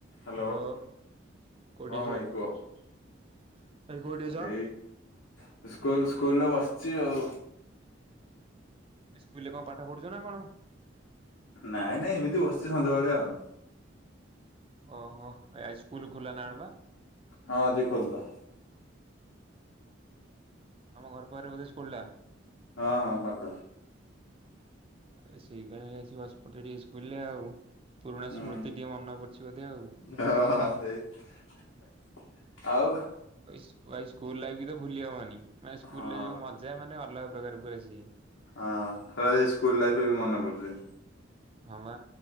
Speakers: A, on the left; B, on the right.
A: Hello
B: hello
A: <inaudible>
B: କୋଉଠି
A: ହଁ ଭାଇ କୁହ। <inaudible>
B: ଅଛୁ?
A: ଏଇ ସ୍କୁଲ ସ୍କୁଲରେ ବସିଚି ଆଉ
B: ଇ ସ୍କୁଲ ରେ କଣ ପାଠ ପଢୁଚ ନା କଣ?
A: ନାଇ ନାଇ ଏମିତି ବସିଚି ସଞ୍ଜବେଳିଆ ଆଉ।
B: ଓହୋ ଆ ଇ ସ୍କୁଲ ଖୋଲା ନା କଣବା?
A: ହଁ। ଆଜି ଖୋଲା।
B: ତମ ଘର ପାଖରେ ବୋଧେ ସ୍କୁଲ ଟା?
A: ହଁ ହଁ ପାଖରେ।
B: ଆରେ ସେଇ ପାଇଁ ଆସିକି ବସିପଡ଼ିଚ ଟିକେ ଇସ୍କୁଲରେ ଆଉ। ପୁରୁଣା
A: ହୁଁ।
B: ସ୍ମୃତି ଟିକେ ମନେ ପଡିଚି ବୋଧେ ଆଉ।
A: ହଁ ହାଁ ସେଇ <inaudible> ଆଉ
B: ଇ ସ୍ କୁ ସ୍କୁଲ ଲାଇଫ କି ତ ଭୁଲି ହବନି। ମାନେ ସ୍କୁଲ
A: ହଁ
B: ରେ ଯୋଉ ମଜା ମାନେ ଅଲଗା ପ୍ରକାର ପୁରା ସିଏ।
A: ହଁ। ହେଇ ସ୍କୁଲ ଲାଇଫରେ ବି ମନେ ପଡୁଚି।
B: ହଁବା